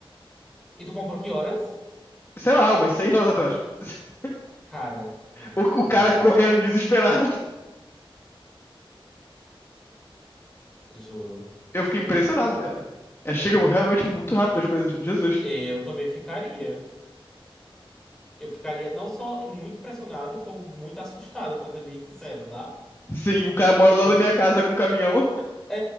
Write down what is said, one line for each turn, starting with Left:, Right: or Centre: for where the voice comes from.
Centre: E tu comprou que horas?
Left: Sei lá, umas seis horas atrás. <laughs>
Centre: Cara, não,
Left: O,
Centre: juro,
Left: o cara correndo desesperado. <laughs>
Centre: juro.
Left: Eu fiquei impressionado, cara. É, chega realmente muito rápido as coisas. Jesus.
Centre: Eu também ficaria. Eu ficaria não só muito impressionado, como muito assustado, pra ser bem sincero, tá?
Left: Sim, o cara mora lá
Centre: Que
Left: na
Centre: as-
Left: minha casa com um caminhão.
Centre: É,